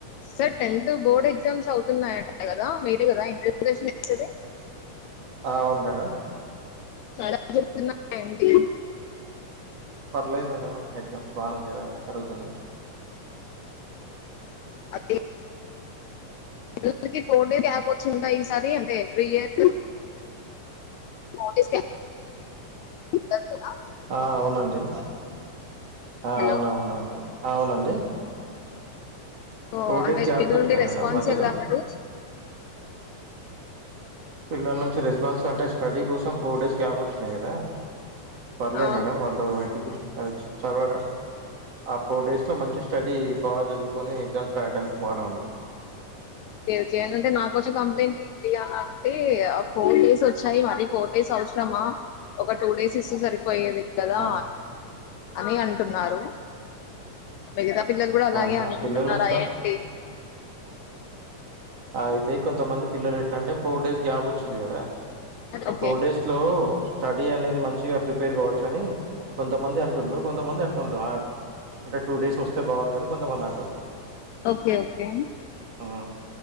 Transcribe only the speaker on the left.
sir tenth board exams అవుతున్నాయట కదా మీరే కదా ఇంటర్గేషన్ ఇచ్చేది
ఎలా జరుగుతున్నాయి అండి
అదే పిల్లలకి ఫోర్ డే యాప్ వొచ్చిందా ఈసారి అంటే త్రియర్ నోటీసు గదా
హలో
ఓ
అంటే
పిల్లలనుండి
రెస్పన్స్ల్
ఎలా అండి
ఆ,
ఒకే ఒకే ఏంటింటే నా వచ్చిన కంప్లైంట్ ఇ యాలంటే ఆ ఫోర్డేస్ వొచ్చాయి మరి ఫోర్ డేస్ అవసరమా ఒక టూ డేస్ ఇస్తే సరిపోయేది గదా
అని అంటున్నారు మిగతా పిల్లలు గూడా అలాగే
అనుకుంటున్నారేంటి
ఓకే
ఒకే ఒకే